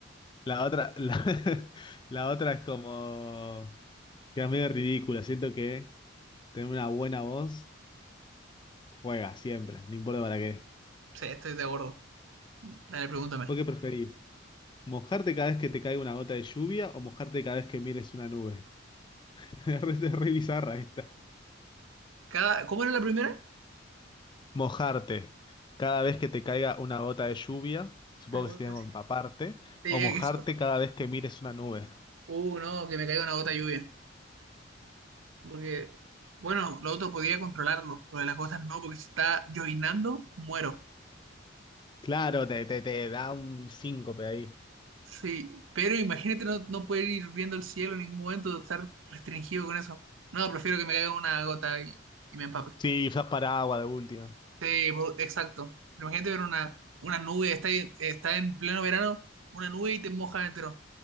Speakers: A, on the left; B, on the right.
A: La otra, la, <laughs> la otra es como, que es medio ridícula, siento que tener una buena voz juega siempre, no importa para qué.
B: Sí, estoy de acuerdo. Dale, pregúntame.
A: ¿Vos qué preferís? ¿Mojarte cada vez que te caiga una gota de lluvia o mojarte cada vez que mires una nube? <laughs> Es re es re bizarra esta.
B: Cada... ¿Cómo era la primera?
A: Mojarte. Cada vez que te caiga una gota de lluvia, supongo
B: Una gota
A: que sería como
B: de lluvia.
A: empaparte,
B: Sí,
A: o mojarte
B: eso.
A: cada vez que mires una nube.
B: Uh, no, que me caiga una gota de lluvia. Porque, bueno, lo otro podía controlarlo. Lo de las gotas no, porque si está llovinando, muero.
A: Claro, te, te, te da un síncope ahí.
B: Sí, pero imagínate no, no poder ir viendo el cielo en ningún momento, estar restringido con eso. No, prefiero que me caiga una gota y, y me empape.
A: Sí, usás paraguas de última.
B: Sí, por- exacto. Pero imagínate ver una, una nube, está, ahí- está en pleno verano, una nube y te mojas entero.